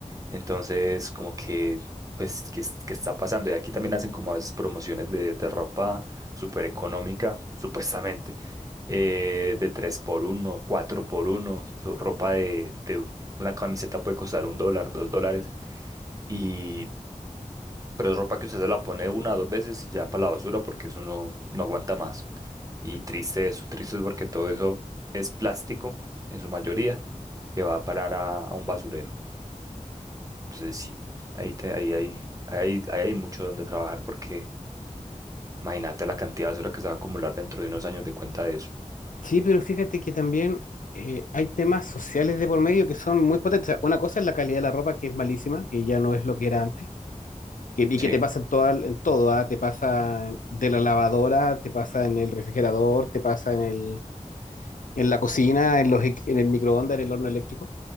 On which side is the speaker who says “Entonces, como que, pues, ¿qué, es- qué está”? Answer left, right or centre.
Right